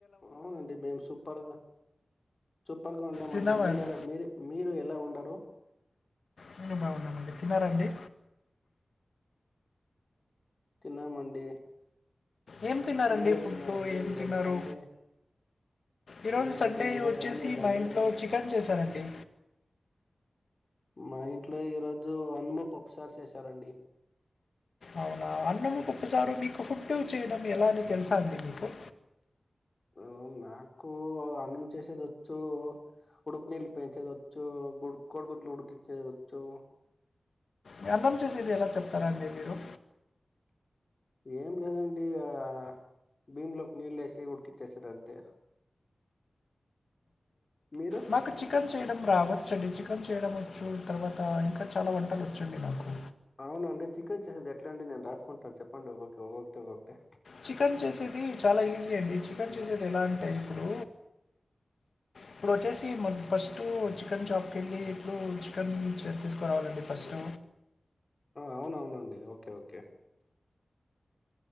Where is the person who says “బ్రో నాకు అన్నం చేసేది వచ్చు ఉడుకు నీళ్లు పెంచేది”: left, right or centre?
Left